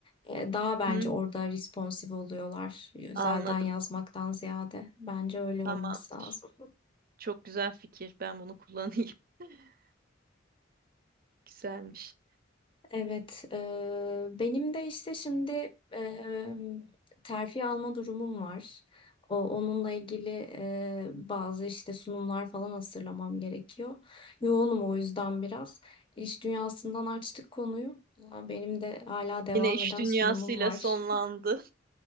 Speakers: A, on the left; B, on the right.
A: e, daha bence
B: Hmm,
A: orada responsif oluyorlar. Özelden
B: anladım.
A: yazmaktan ziyade. Bence öyle
B: Tamamdır.
A: olması lazım.
B: Çok güzel fikir. Ben bunu kullanayım. <laughs> Güzelmiş.
A: Evet, eee, benim de işte şimdi eee, terfi alma durumum var. O, onunla ilgili eee, bazı işte sunumlar falan hazırlamam gerekiyor. Yoğunum o yüzden biraz. İş dünyasından açtık konuyu. Aa, Benim de hala devam
B: Yine iş
A: eden
B: dünyasıyla
A: sunumum var.
B: sonlandı.
A: <laughs>